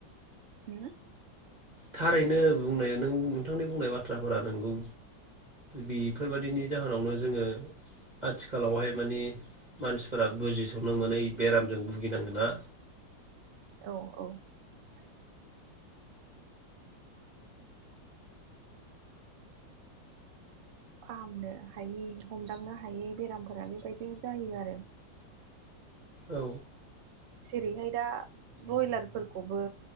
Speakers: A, on the right; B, on the right.
A: हु।
B: थारैनो बुंनाय नों नोंथांनि बुंनाय बाथ्राफोरा नोंगौ। बेफोरबायदिनि जाहोनावनो जोङो आथिखालावहाय मानि मानसिफोरा बुजिस'नो मोनै बेरामजों भुगिनांगोना।
A: अ औ। फाहामनो हायै हमदांनो हायै बेरामफोरा बेबायदियाव जायो आरो।
B: औ।
A: जेरैहाय दा ब्रयलारफोर बो